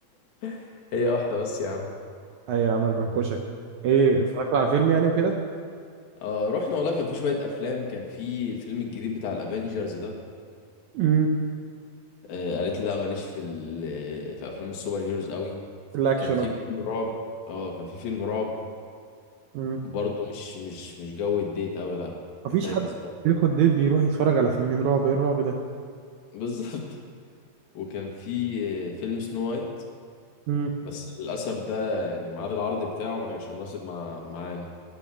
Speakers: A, on the left; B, on the right.
A: <laughs> هي واحده بس يا عم
B: اي يا عم أنا بنكشك ايه اتفرجت على فيلم يعني وكده
A: آه رحنا والله كان في شوية أفلام كان في الفيلم الجديد بتاع الأفينجرز ده
B: امم
A: آه قالت لي لا ماليش في ال- في أفلام السوبر هيروز قوي
B: الاكشن
A: كان في
B: أهو.
A: فيلم رعب آه كان في فيلم رعب
B: امم
A: برضه مش مش مش جو الديت قوي لا
B: مفيش
A: ففاكس
B: حد
A: برضه
B: بياخد ديت بيروح يتفرج على فيلمين رعب ايه الرعب ده
A: <laughs> بالظبط وكان في آه، فيلم سنو وايت
B: امم
A: بس للأسف ده يعني ميعاد العرض بتاعه ما كانش مناسب مع معانا